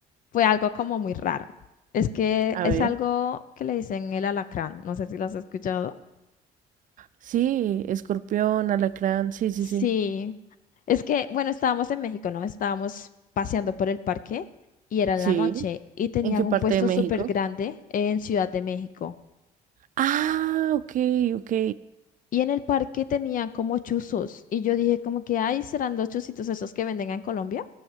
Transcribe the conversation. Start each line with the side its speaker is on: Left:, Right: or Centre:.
Left: fue algo como muy raro. Es que
Right: A
Left: es
Right: ver.
Left: algo que le dicen el alacrán. No sé si lo has escuchado.
Right: Sí, escorpión, alacrán, sí, sí,
Left: Sí.
Right: sí.
Left: Es que, bueno, estábamos en México, ¿no? Estábamos paseando por el parque y era en
Right: Sí.
Left: la noche y tenían
Right: ¿En qué
Left: un
Right: parte
Left: puesto
Right: de México?
Left: súper grande en Ciudad de México.
Right: Ah, ok, ok.
Left: Y en el parque tenían como chuzos. Y yo dije como que, ay, serán los chuzitos esos que venden en Colombia,